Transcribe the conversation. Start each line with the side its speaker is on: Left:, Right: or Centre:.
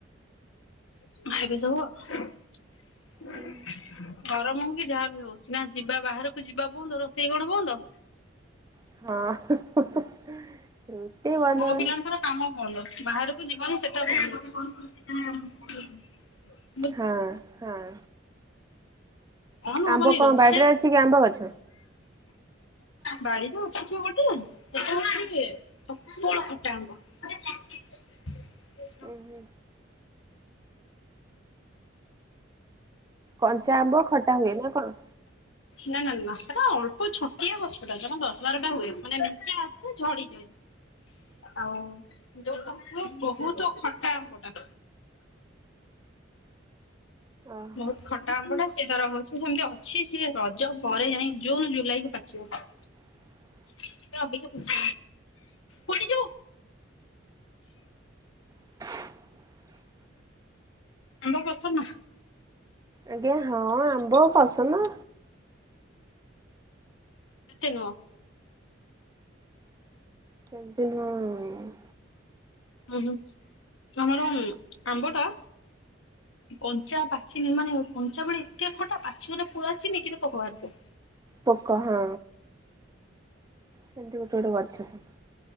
Left: <unintelligible>
Right: ହୁଁ।
Left: ଗରମ ହଉ କି ଯାହାବି ହଉ ସିନା ଯିବା ବାହାରକୁ ଯିବା ବନ୍ଦ ରୋଷେଇ କଣ ବନ୍ଦ।
Right: ହଁ ରୋଷେଇ ବନ୍ଦ ହବନି।
Left: ପୁଅ <unintelligible>
Right: ହଁ, ହଁ।
Left: କଣ
Right: ଆମ୍ବ
Left: ହବନି ରୋଷେଇ।
Right: ବାଡିରେ ଅଛି କି ଆମ୍ବ ଗଛ?
Left: ବାଡ଼ିରୁ କିଛି ଗଟେ ପ୍ରବଳ ଖଟା ଆମ୍ବ। ସେଟା
Right: ଉଁ, ହୁଁ। କଞ୍ଚା ଆମ୍ବ ଖଟା ହୁଏ ନା କଣ।
Left: ନା, ନା, ନା ସେଟା ଅଳ୍ପ ଛଟିଆ ଗଛଟା ଜମା ଦଶ ବାରଟା ହୁଏ ମାନେ ମେଞ୍ଚେ ଆସେ ଝଡିଯାଏ। ଉଁ ଆଉ ଯୋଉ ବହୁତ୍ ଖଟାଆମ୍ବଟା।
Right: ଓହୋ
Left: ବହୁତ୍ ଖ ଖଟା ଆମ୍ବଟା ସେ ତାର ଅଛି ସେମିତି ଅଛି ସିଏ ରଜ ପରେ ଯାଇକି ଜୁନ୍ ଜୁଲାଇ କୁ ପାଚିବ।
Right: ହ <unintelligible>
Left: ସେ ଅବିକା ପୁଛ୍ ପଡିଯିବୁ।
Right: <inaudible>
Left: ଆମ୍ବ ପସନ୍ଦ ନା?
Right: ଆଜ୍ଞା ହଁ ଆମ୍ବ ପସନ।
Left: ଏତେ ନୁହଁ।
Right: ସେମିତି ନୁହଁ।
Left: ହୁଁ, ହୁଁ ତମର ଆମ୍ବଟା କଞ୍ଚା ପାଚି ମାନେ କଞ୍ଚା ବେଳେ ଏତେ ଖଟା ପାଚି ଗଲେ ପୁରା ଚିନି କିନ୍ତୁ ପୋକ ବାହୁରୁଥିବ।
Right: ପୋକ ହଁ ସେମତି ଗୋଟେ ଗୋଟେ ଗଛ ଥାଏ।